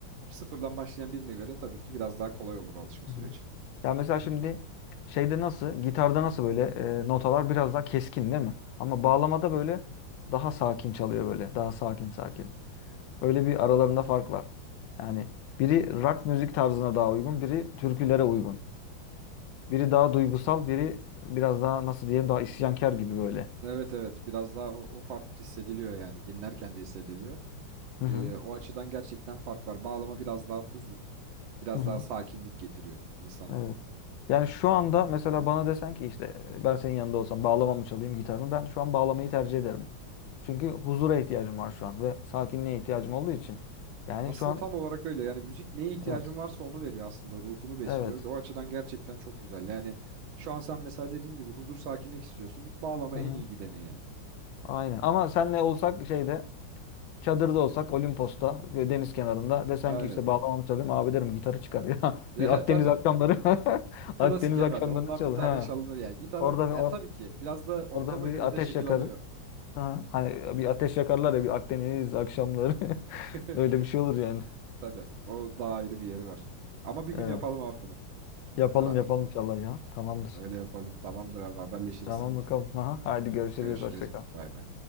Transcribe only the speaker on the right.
sıfırdan başlayan birine göre tabii ki biraz daha kolay olur o alışma
süreci.
Evet evet biraz daha o, o fark hissediliyor yani dinlerken de hissediliyor.
Ee, o açıdan gerçekten fark var. Bağlama biraz daha huzur, biraz
daha sakinlik getiriyor insana.
Aslında
tam olarak öyle yani müzik neye ihtiyacın
varsa onu veriyor aslında ruhunu besliyor.
O açıdan gerçekten çok güzel. Yani şu an sen mesela dediğin gibi huzur sakinlik istiyorsun. Bağlama
en iyi gideni yani.
Aynen.
<laughs>
Ya,
tabii
Klasik
evet.
Ondan
bir tane
çalınır yani. Gitar
o yani
tabii ki biraz da ortama
göre
de şekil
alıyor.
<laughs>
Tabii. O daha ayrı bir yeri var. Ama bir gün
yapalım abi bunu
beraber.
Öyle yapalım. Tamamdır abi haberleşiriz.
Görüşürüz.
Bay bay.